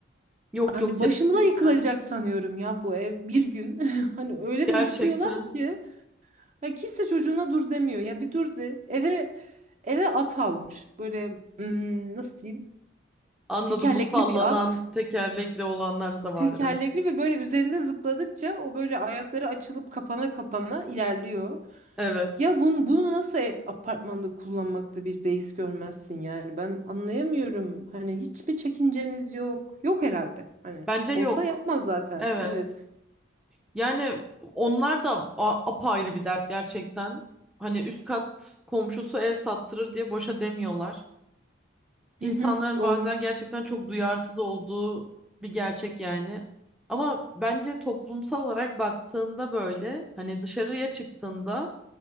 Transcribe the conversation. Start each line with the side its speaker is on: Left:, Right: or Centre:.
Centre: Yok
Right: Hani
Centre: yok kesinlikle.
Right: başımıza yıkılacak sanıyorum ya bu ev bir gün. <laughs> Hani öyle
Centre: Gerçekten
Right: bir zıplıyorlar ki hani kimse çocuğuna dur demiyor. Ya bir dur de. Eve eve at almış. Böyle hmm, nasıl diyeyim?
Centre: anladım
Right: Tekerlekli
Centre: bu sallanan
Right: bir at.
Centre: tekerlekli olanlar da var.
Right: Tekerlekli
Centre: Evet.
Right: ve böyle üzerinde zıpladıkça o böyle ayakları açılıp kapana kapana ilerliyor.
Centre: Evet.
Right: Ya bunu, bunu nasıl e- apartmanda kullanmakta bir beis görmezsin yani ben anlayamıyorum. Hani hiç mi çekinceniz yok? Yok herhalde. Hani
Centre: Bence yok.
Right: olsa yapmaz zaten.
Centre: Evet.
Right: Evet.
Centre: Yani onlar da a- apayrı bir dert gerçekten. Hani üst kat komşusu ev sattırır diye boşa demiyorlar. İnsanların
Right: Hı hı, doğru.
Centre: bazen gerçekten çok duyarsız olduğu bir gerçek yani. Ama bence toplumsal olarak baktığında böyle hani dışarıya çıktığında